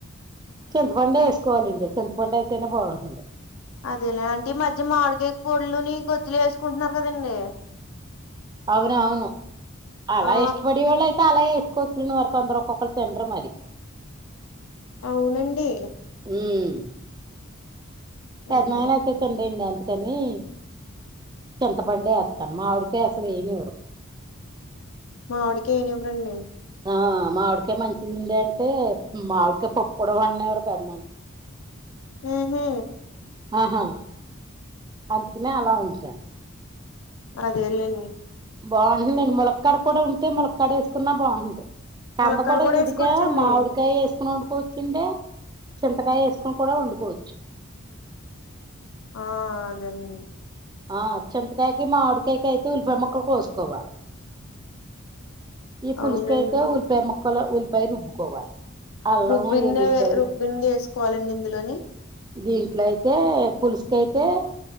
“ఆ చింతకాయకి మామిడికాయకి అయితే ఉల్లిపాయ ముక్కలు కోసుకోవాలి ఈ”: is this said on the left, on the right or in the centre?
Right